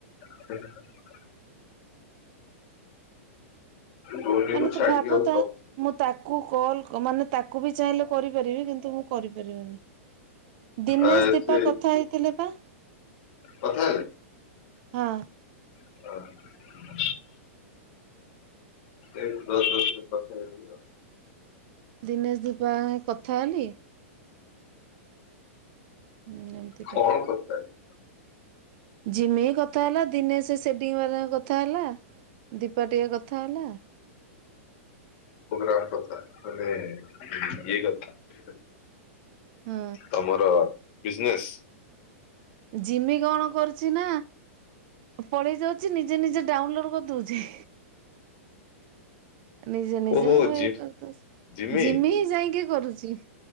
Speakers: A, on the left; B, on the right.
A: ହୁଁଁ। ଧୋନିକୁ
B: ମାନେ ତୁ
A: ଛାଡିକି
B: ଭାବୁତା
A: ଆଉ ସମସ୍ତେ
B: ମୁଁ ତାକୁ କଲ୍ ମାନେ ତାକୁ ବି ଚାହିଁଲେ କରିପାରିବି କିନ୍ତୁ ମୁଁ କରିପାରିବିନି। ଦିନେଶ
A: ଆ
B: ଦୀପା
A: ସେ
B: କଥା ହେଇଥିଲେ ପା।
A: କଥା ହେଲେ।
B: ହଁ।
A: ହଉ। ଏ ଦଶ <inaudible>
B: ଦିନେ ଧୂପା କଥା ହେଲି। ହୁଁ।
A: କଣ କଥା ହେଲୁ।
B: ଝିମି କଥା ହେଲା ଦିନେଶ ସେ ସେଟିଙ୍ଗ ବାଲା କଥା ହେଲା ଦୀପା ଟିକେ କଥା ହେଲା।
A: କଣ କଥା ମାନେ ଇଏ କଥା ହାଁ।
B: ହଁ
A: ତମର ବିଜନେସ୍?
B: ଜିମି କଣ କରୁଛି ନା ପଳେଇ ଯାଉଛି ନିଜେ ନିଜେ ଡାଉନଲୋଡ କରିଦଉଛି। ନିଜେ ନିଜେ
A: ଓହୋ
B: ଭ
A: ଜି
B: କରି ଦଉଛି
A: ଜିମି
B: ଜିମିି ଯାଇକି କରୁଛି।